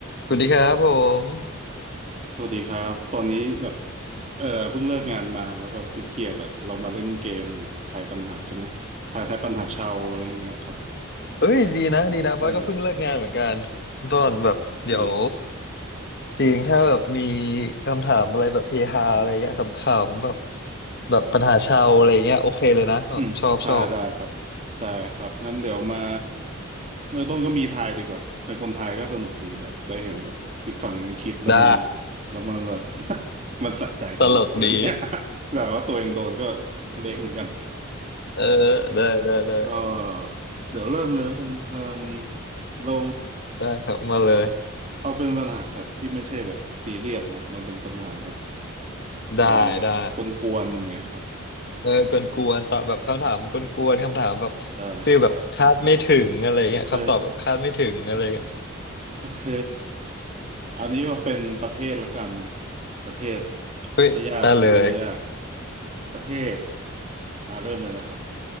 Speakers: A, on the left (about 50°); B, on the right (about 35°).
A: สวัสดีครับผม
B: สวัสดีครับตอนนี้แบบเออเพิ่งเลิกงานมาแล้วแบบเครียดๆอะเรามาเล่นเกมทายปัญหาใช่ไหมทายทายปัญหาชาวอะไรอย่างเงี้ยครับ
A: เอ้ยดีนะดีนะฟ้าก็เพิ่งเลิกงานเหมือนกัน
B: เออ
A: ต้นแบบเดี๋ยว
B: โอเค
A: จริงถ้าแบบมีคำถามอะไรแบบเฮฮาอะไรเงี้ยขำๆแบบแบบปัญหาชาวอะไรเงี้ยโอเคเลยนะแบบชอบชอบ
B: <coughs> <clears throat> ได้ได้ครับได้ครับงั้นเดี๋ยวมาเริ่มต้นก็มีทายดีกว่าเป็นคนไทยก็สนุกดีแบบได้เห็นแบบอีกฝั่งหนึ่งคิดแล้วมัน
A: ได้
B: แล้วมันแบบ <laughs> มันสะใจตลกอะไรเงี้ย
A: ตลกดี
B: <laughs> แบบว่าตัวเองโดนก็เละเหมือนกัน
A: เออได้ได้ได้
B: ก็เดี๋ยวเริ่มเลยแล้วกันเอมเรา
A: ได้ครับมาเลย
B: เอาเป็นปัญหาแบบที่ไม่ใช่แบบซีเรียสเนาะมันเป็นปัญหาแบบ
A: ได้ได้
B: ยังไงอะกวนๆอย่างเงี้ยครับ
A: เออกวนๆตอบแบบคำถามกวนๆคำถามแบบ
B: ได้ครับ
A: ฟีลแบบคาดไม่ถึงอะไรเงี้ยคำตอบแบบคาดไม่ถึงอะไรเงี้ย
B: โอเคโอเคอันนี้ว่าเป็นประเทศละกันประเทศ
A: เฮ้ยได้เลย
B: ไม่ยากจะได้ไม่ยากประเทศอ่าเริ่มเลยนะครับ